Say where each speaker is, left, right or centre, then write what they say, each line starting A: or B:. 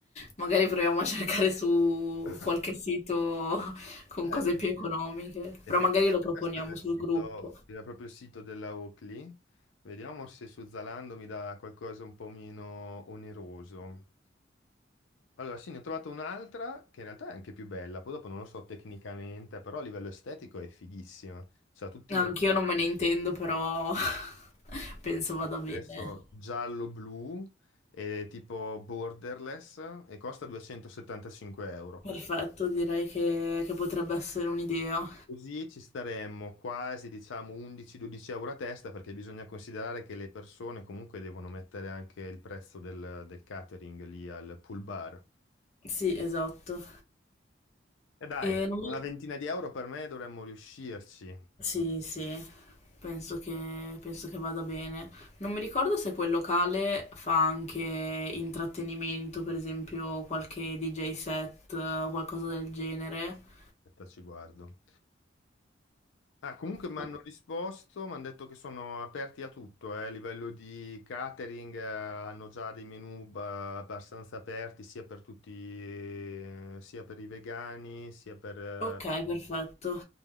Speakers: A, on the left; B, on the left.
A: Magari proviamo a cercare su
B: <laughs>
A: qualche sito con
B: Eh,
A: cose
B: dici.
A: più economiche,
B: Effettivamente
A: però magari lo proponiamo
B: questo era il
A: sul
B: sito,
A: gruppo.
B: era proprio il sito della Oakley. Vediamo se su Zalando mi dà qualcosa un po' meno oneroso. Allora, sì, ne ho trovato un'altra che in realtà è anche più bella, poi dopo non lo so tecnicamente, però a livello estetico è fighissima. C'ha tutti
A: Anch'io non me ne intendo, però <laughs> penso vada bene.
B: Adesso giallo-blu è tipo borderless e costa 275 euro questo.
A: Perfetto, direi che, che potrebbe essere un'idea.
B: Così ci staremmo quasi, diciamo, 11-12 euro a testa perché bisogna considerare che le persone comunque devono mettere anche il prezzo del, del catering lì al pool bar.
A: Sì, esatto.
B: E dai,
A: E non
B: una
A: mi
B: ventina di euro per me dovremmo riuscirci. Aspetta,
A: Sì, sì, penso che, penso che vada bene. Non mi ricordo se quel locale fa anche intrattenimento, per esempio qualche DJ set o qualcosa del genere.
B: ci guardo. Ah, comunque mi
A: Ma-
B: hanno risposto, mi hanno detto che sono aperti a tutto, eh, a livello di catering, eh, hanno già dei menu ba- abbastanza aperti sia per tutti, eh, sia per i vegani, sia per... eh,
A: Ok, perfetto.